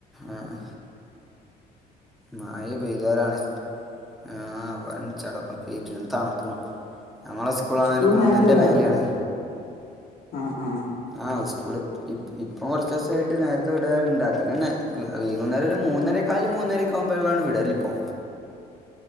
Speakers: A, in the centre; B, on the left.
A: ആഹ് മയ പേയ്യ്താലാണ് ആഹ് വൻ ചടപ്പും പേരുംതണ്പ്പും ഞങ്ങളെ ഉസ്കൂളാണേ
B: സ്കൂൾ
A: ഒര് കുന്നിൻ്റെ
B: നേരത്തെ വിടാറുണ്ടോ
A: മെലെയാണ്
B: ആഹ് ആഹ്
A: ആഹ് ഉസ്കൂള് ഇപ് ഇപ്പം കൊർച്ചോസായിട്ട് ന്നേരത്തെ വിടാറ്ണ്ട് അധികംന്നേ വെ വൈകുന്നേരം ഒര് മൂന്നര കാല് മൂന്നരൊക്കെ ആകുമ്പോളാണ് വിടല് പ്പോ